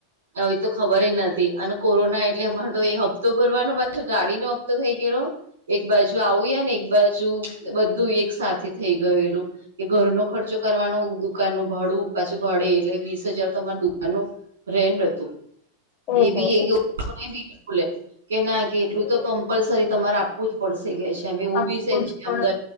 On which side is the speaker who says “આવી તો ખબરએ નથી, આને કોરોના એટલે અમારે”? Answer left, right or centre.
Right